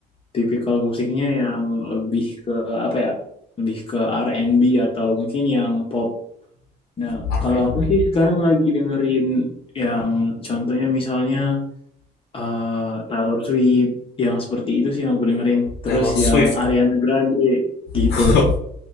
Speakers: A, on the left; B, on the left.
A: tipikal musiknya yang lebih ke apa ya? Lebih ke R and B atau mungkin yang pop. Nah,
B: R&B,
A: kalau aku sih sekarang lagi dengerin yang contohnya misalnya eh, Taylor Swift yang seperti itu sih yang aku dengerin. Terus
B: Taylor Swift.
A: yang Ariana Grande gitu.
B: <laughs>